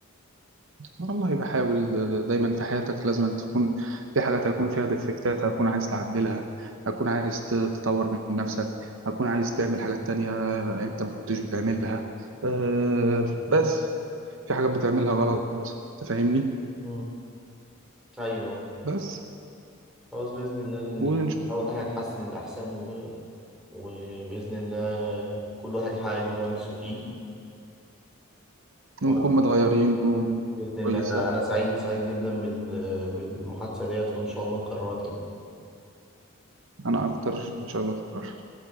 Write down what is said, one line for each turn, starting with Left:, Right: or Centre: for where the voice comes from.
Right: والله بحاول دايما في حياتك لازم تكون في حاجات هيكون فيها ديفكتات هتكون عايز تعدلها هتكون عايز تطور من نفسك هتكون عايز تعمل حاجات تانية انت ما كنتش بتعملها آه، بس في حاجات بتعملها غلط تفهمني
Centre: مم. ايوه
Right: بس
Centre: خلاص بإذن الله
Right: ونش-
Centre: نحاول إن احنا نتحسن للأحسن و... وبإذن الله كل واحد يحقق اللي هو نفسه فيه
Right: ونكون
Centre: وأنا
Right: متغيرين وكويسة
Centre: بإذن الله أنا سعيد سعيد جدا بال... بالمحادثة ديت وإن شاء الله نكررها تاني
Right: أنا أكتر إن شاء الله أتكرر